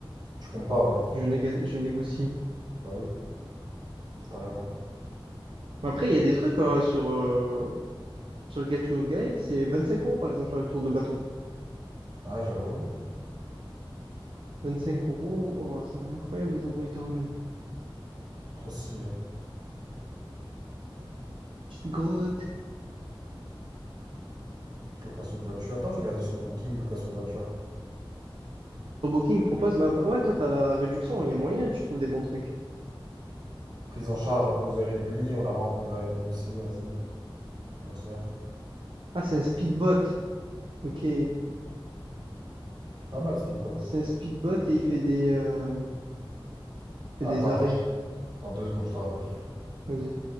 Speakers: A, on the right; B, on the right.
A: Tu compares, ouais.
B: je, néga- je négocie.
A: Bah oui, t'as raison.
B: Mais Après, il y a des trucs euh, sur, euh, sur Gatsugai. C'est 25 euros, par exemple, le tour de bateau.
A: Ouais, j'avoue.
B: 25 euros, oh, ça a l'air incroyable, les endroits où ils te ramènent.
A: Trop stylé.
B: Petite grotte.
A: Location de voiture. Attends, je vais regarder sur Booking, location de voiture.
B: Sur Booking propose, bah, bah, ouais, toi, t'as la réduction. Il y a moyen, tu trouves des bons trucs.
A: Prise en charge à 11h30, on la rend 11h30 aussi, vas-y, on va dire.
B: Ah, c'est un speedbot. Ok.
A: Pas mal, Speedbot.
B: C'est un speedbot et il fait des, euh, fait
A: Attends,
B: des arrêts.
A: attends, je- attends deux secondes, je te rappelle.
B: Vas-y.